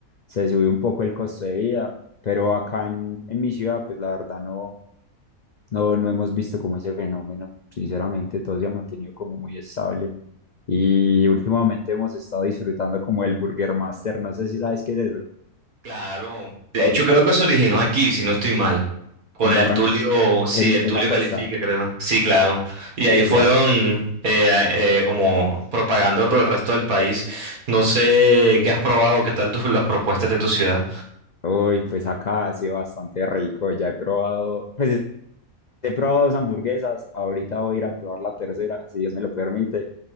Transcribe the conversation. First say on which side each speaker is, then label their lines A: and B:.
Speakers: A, on the left (about 60°); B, on the right (about 70°).
A: se sube un poco el costo de vida, pero acá en, en mi ciudad pues la verdad no, no, no hemos visto como ese fenómeno. Sinceramente, todo se ha mantenido como muy estable. Y últimamente hemos estado disfrutando como el Burger Master. No sé si sabes qué es eso.
B: Claro. De hecho, creo que se originó aquí, si no estoy mal. Con
A: En
B: el
A: Barranquilla,
B: Tulio, sí,
A: en,
B: el
A: en
B: Tulio
A: la costa.
B: califica, creo. Sí, claro. Y ahí fueron
A: Ya.
B: eh, eh, como propagando por el resto del país. No sé qué has probado, qué tal tus, las propuestas de tu ciudad.
A: Uy, pues acá ha sido bastante rico. Ya he probado, pues he probado dos hamburguesas. Ahorita voy a ir a probar la tercera, si Dios me lo permite.